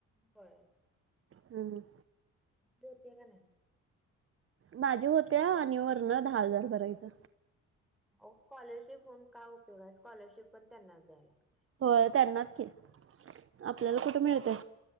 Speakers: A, in the centre; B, on the right.
A: व्हय.
B: हम्म हम्म.
A: होत्या का नाई.
B: माजी होत्या आणि वरणन दहा हजार भरायचं.
A: अओ स्कॉलरशिप होऊन काय उपयोग आहे, स्कॉलरशिप पण त्यांनाच द्याय लागत्या.
B: हो त्यांनाच कि,
A: लागते.
B: आपल्याला
A: मग
B: कुठं मिळतय.